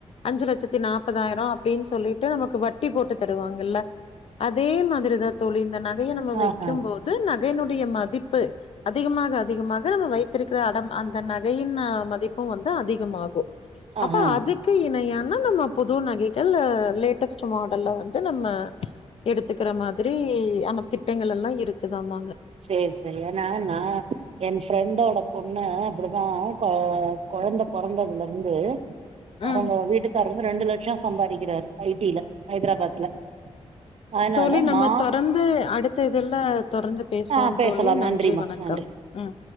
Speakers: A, on the left (about 55°); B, on the right (about 60°).
A: அஞ்சு லட்சத்தி நாற்பதாயிரோ அப்டின்னு சொல்லிட்டு நமக்கு வட்டி போட்டு தருவாங்கல்ல அதே மாதிரிதா தோழி இந்த நட் கைய நம்ம வைக்கும்
B: ஆஹா
A: போது நகையனுடைய மதிப்பு அதிகமாக அதிகமாக நம்ம வைத் வெத்திருக்கிற அடம் அந்த நகையின் மதிப்பு வந்து அதிகமாகு அப்ப
B: ஆஹா
A: அது க்கு இணையானா நம்ம புது நகைகள் லேட்டஸ்ட் மாடல்ல வந்து நம்ம எடுத்துக்கற மாரி அந்த திட்டங்கள் எல்லா இருக்குதாமாங்க
B: சேர் சேர் ஏனா நா என் ஃப்ரெண்டோட பொண்ணு அப்டிதா கொ கொழந்த பொறந்தலிருந்து
A: ம்
B: அவுங்க வீட்டுக்காரரு வந்து ரெண்டு லட்சோ சம்பாதிக்கிறாரு ஐ டில ஹைதராபாத்ல அதனால
A: தோழி நம்ம
B: மா
A: தொடர்ந்து அடுத்த இதுல தொடர்ந்து பேசுவோம்
B: ஆ பேசலா
A: தோழி நன்றி
B: நன்றிமா
A: வணக்கம்
B: நன்றி
A: ம்